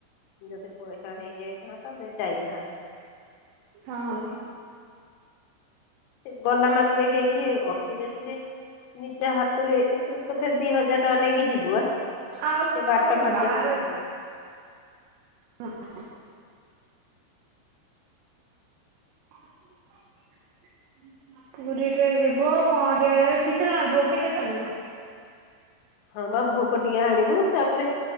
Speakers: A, on the left (about 85°); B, on the right (about 80°).
A: ଯଦି ପଇସା ହେଇଯାଇଥାନ୍ତା ଦେ ଯାଇଥାନ୍ତୁ।
B: ହଁ।
A: ଗଲା ମାତ୍ରେ କି କି ଅତି ବେଶୀରେ ନିଜ ହାତରୁ ଏ ତୁ ତ ଫିର ଦି ହଜାର ଟଙ୍କା ନେଇକି ଯିବୁ ଆ ସେ
B: ଆଉ
A: ବାଟ
B: ତୁ
A: ଖର୍ଚ
B: ବାହାର
A: ସିନା ଦବ।
B: ହଁ। <inaudible> ପୁରୀ ଟେ ୱ କଣ ଟିକେ କିଛି ନେଲେ ଭୋଗ ଟିକେ ତ ଆଣିବ।
A: ହଁ ବା ଭୋକ ଟିକେ ଆଣିବୁ ତାପରେ